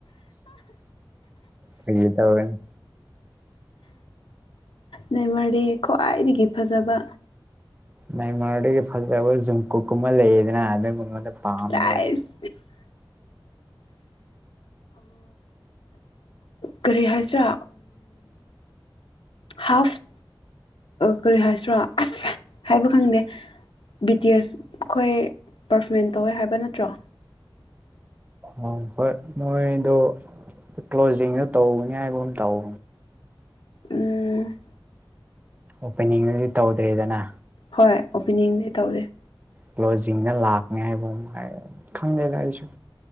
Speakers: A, on the right; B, on the left.
A: ꯍꯦ ꯀꯩ ꯇ ꯐꯒꯅꯦ
B: ꯂꯩꯃꯔꯤ ꯈ꯭ꯋꯥꯏꯗꯒꯤ ꯐꯖꯕ
A: ꯅꯥꯏ ꯃꯒꯤ ꯐꯖꯕ ꯖꯨꯝ ꯀꯨ ꯀꯨꯝꯃ ꯂꯩꯌꯦꯗꯅ ꯑꯗꯨꯒꯨꯝꯕꯅꯤ ꯄꯥꯝ꯭ꯔꯅꯤ
B: ꯆꯥꯏꯁ ꯀꯔꯤ ꯍꯥꯏꯁꯤꯔꯥ ꯍꯥꯐ ꯀꯔꯤ ꯍꯥꯏꯁꯤ꯭ꯔꯥ ꯑꯁ ꯍꯥꯏꯕ ꯈꯪꯗꯦ ꯕꯤ ꯇꯤ ꯑꯦꯁ ꯑꯩꯈꯣꯏ ꯄꯔꯐꯣꯔꯃꯦꯟ ꯇꯧꯋꯦ ꯍꯥꯏꯕ ꯅꯠꯇ꯭ꯔꯣ
A: ꯑꯣ ꯍꯣꯏꯃꯣꯏꯗꯣ ꯀ꯭ꯂꯣꯖꯤꯡꯗꯨ ꯇꯧꯅꯤ ꯍꯥꯏꯕ ꯑꯃ ꯇꯧ
B: ꯎꯝ
A: ꯑꯣꯄꯅꯤꯡꯗꯤ ꯇꯧꯗ꯭ꯔꯔꯤꯗꯅ
B: ꯍꯣꯏ ꯑꯣꯄꯤꯅꯤꯡꯗꯤ ꯇꯧꯗꯦ
A: ꯀ꯭ꯂꯣꯖꯤꯡꯅ ꯂꯥꯛꯅꯤ ꯍꯥꯏꯕ ꯑꯃ ꯍꯥꯏ ꯈꯪꯗꯦꯒ ꯑꯩꯁꯨ